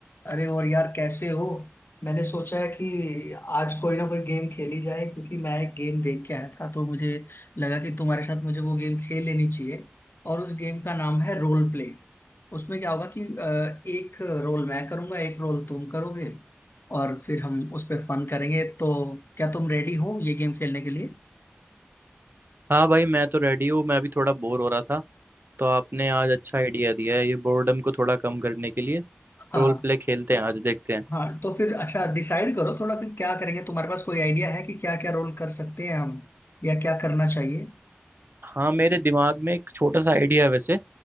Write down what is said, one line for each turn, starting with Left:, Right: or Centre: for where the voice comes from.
Left: अरे और यार कैसे हो मैंने सोचा है कि आज कोई ना कोई गेम खेली जाए क्योंकि मैं एक गेम देख के आया था तो मुझे लगा कि तुम्हारे साथ मुझे वो गेम खेल लेनी चाहिए और उस गेम का नाम है रोल प्ले उसमें क्या होगा कि अ, एक रोल मैं करूंगा एक रोल तुम करोगे और फिर हम उस पर फन करेंगे तो क्या तुम रेडी हो ये गेम खेलने के लिए
Right: हाँ भाई मैं तो रेडी हूँ मैं भी थोड़ा बोर हो रहा था तो आपने आज अच्छा आइडिया दिया है ये बोर्डम को थोड़ा कम करने के लिए
Left: हाँ
Right: रोल प्ले खेलते हैं आज देखते हैं
Left: हाँ तो फिर अच्छा डिसाइड करो थोड़ा फिर क्या करेंगे तुम्हारे पास कोई आइडिया है कि क्या क्या रोल कर सकते हैं हम या क्या करना चाहिए
Right: हाँ मेरे दिमाग में एक छोटा सा आइडिया है वैसे